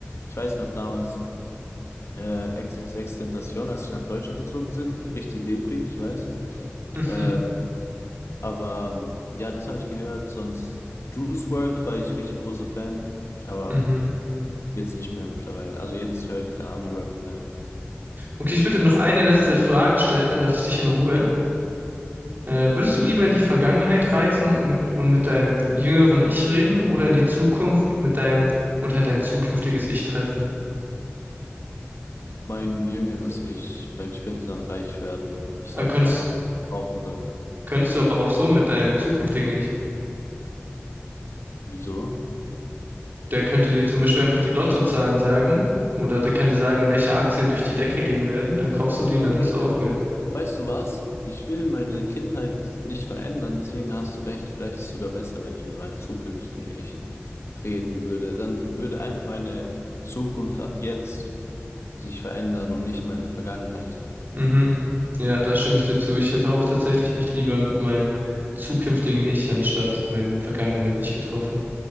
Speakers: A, on the left; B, on the right.
A: Ich weiß noch damals, äh, XXXTentacion, als ich nach Deutschland gezogen sind, richtig Depri, ich weiß.
B: Mhm.
A: Äh, Aber ähm, ja, das habe ich gehört. Sonst Juice World war ich richtig großer Fan, aber
B: Mhm.
A: jetzt nicht mehr mittlerweile. Also jetzt höre ich kein Ami-Rap mehr.
B: Okay, ich würde noch eine letzte Frage stellen, dann lasse ich dich in Ruhe. Äh, würdest du lieber in die Vergangenheit reisen und mit, und mit deinem jüngeren Ich reden oder in die Zukunft mit deinem und halt dein zukünftiges Ich treffen?
A: Mein jüngeres Ich, weil ich könnte dann reich werden. Ich
B: Äh,
A: sage
B: könntest,
A: ihm einfach, was ich kaufen soll.
B: könntest du aber auch so mit deinem zukünftigen Ich.
A: Wieso?
B: Der könnte dir zum Beispiel einfach die Lottozahlen sagen oder der kann dir sagen, welche Aktien durch die Decke gehen werden. Dann kaufst du die und
A: Okay,
B: dann hast du
A: stimmt.
B: auch Geld.
A: Weißt du was? Ich will meine Kindheit nicht verändern, deswegen hast du recht. Vielleicht ist es sogar besser, wenn ich mit meinem zukünftigen Ich reden würde. Dann würde einfach meine Zukunft ab jetzt sich verändern und nicht meine Vergangenheit.
B: Mhm. Ja, da stimme ich dir zu. Ich hätte auch tatsächlich mich lieber mit meinem zukünftigen Ich anstatt meinem vergangenen Ich getroffen.